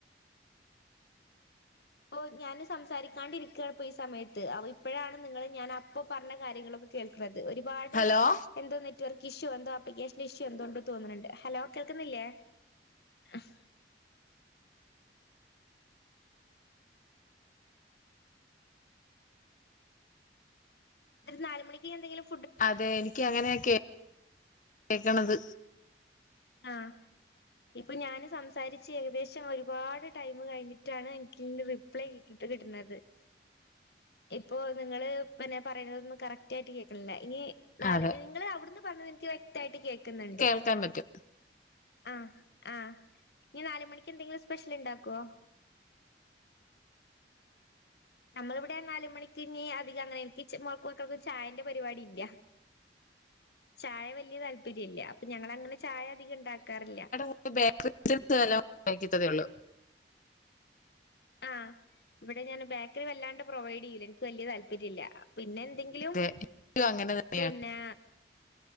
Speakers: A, on the left (about 65°); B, on the left (about 45°).
A: ഓഹ് ഞാന് സംസാരിക്കാണ്ടിരിക്കാണ് ഇപ്പൊ ഈ സമയത്ത് ഇപ്പോഴാണ് നിങ്ങള് ഞാൻ അപ്പ പറഞ്ഞ കാര്യങ്ങളൊക്ക കേൾക്ക്ണത് ഒരുപാട്
B: ഹലോ
A: എന്തോ നെറ്റ് വർക്ക് ഇഷ്യൂ എന്തോ ആപ്ലിക്കേഷൻ ഇഷ്യൂ എന്തോണ്ട് തോന്ന്ണ് ണ്ട് ഹലോ കേൾക്കുന്നില്ലേ? ആഹ് ഇന്നെട്ട് നാല് മണിക്ക് ഇനിയെന്തങ്കിലും
B: അതെ എനിക്ക് അങ്ങനെയ കേ കേക്ക്ണത്
A: ആഹ് ഇപ്പൊ ഞ്ഞാന് സംസാരിച്ച് ഏകദേശം ഒരുപാട് ടൈമ് കഴിഞ്ഞിട്ടാണ് എനിക്ക് ഇങ്ങ് റി പ്പെ ഇൻക്ക് കിട്ട്ണത് ഇപ്പോ നിങ്ങള് പിന്നെ പറയുന്നതൊന്നും കറക്റ്റായിട്ട് കേക്ക്ണില്ല ഇനി നാല്
B: അതെ
A: നിങ്ങൾ അവിടുന്ന് പറയിണത് ഇൻക്ക് വ്യക്തായിട്ട് കേക്കുന്നുണ്ട്
B: ത്താൻ പറ്റും
A: ആഹ് ആഹ് ഇഞ്ഞ് നാല് മണിക്ക് എന്തെങ്കിലും സ്പെഷ്യല്ണ്ടാക്കോ? നമ്മളിവിടെ നാല് മണിക്കി ഇനി അധികം അങ്ങനെ എനിക്ക് മക്കക്കും ചായന്റെ പരിപാടി ഇല്ല ചായ വല്യയ താല്പര്യല്ല അപ്പൊ ഞങ്ങളങ്ങനെ ചായ അധികം ഇണ്ടാക്കാറില്ല
B: ഇപ്പൊ ബേക്കറി ഐറ്റംസ് നല്ലോം കഴിക്കത്തതേ ഒള്ളൂ
A: ആഹ് ഇവിടെ ഞാൻ ബേക്കറി വല്ലാണ്ട് പ്രൊവൈഡ് ചെയ്യില്ല ഇൻക്ക് വലിയ താല്പര്യല്ല പിന്നെ എന്തെങ്കിലും
B: അതെ എനിക്കും അങ്ങനെ തന്നെയാണ്
A: പിന്നെ